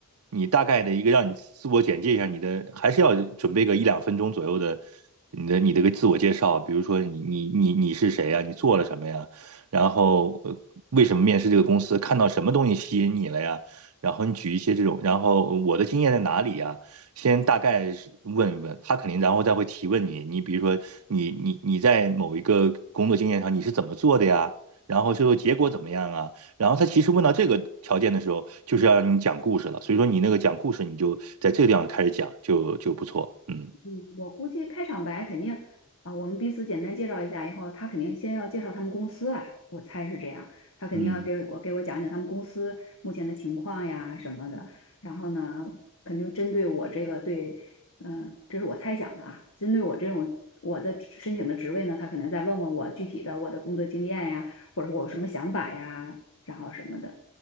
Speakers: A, on the right; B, on the left.
A: 你大概的一个让你自我简介一下你的，还是要准备个一两分钟左右的你的你的个自我介绍，比如说你你你你是谁呀，你做了什么呀，然后呃为什么面试这个公司，看到什么东西吸引你了呀，然后你举一些这种，然后我的经验在哪里呀，先大概是问一问他肯定，然后再会提问你，你比如说你你你在某一个工作经验上你是怎么做的呀？然后最后结果怎么样啊？然后他其实问到这个条件的时候，就是要让你讲故事了。所以说你那个讲故事，你就在这个地方开始讲，就就不错。嗯
B: 嗯，我估计开场白肯定啊，我们彼此简单介绍一下以后，他肯定先要介绍他们公司吧，我猜是这样。他肯定要给我给我讲讲他们公司目前的情况呀什么的。
A: 嗯，
B: 然后呢，肯定针对我这个对，嗯、这是我猜想的啊，针对我这种我的职申请的职位呢，他可能再问问我具体的我的工作经验呀，或者我有什么想法呀，然后什么的，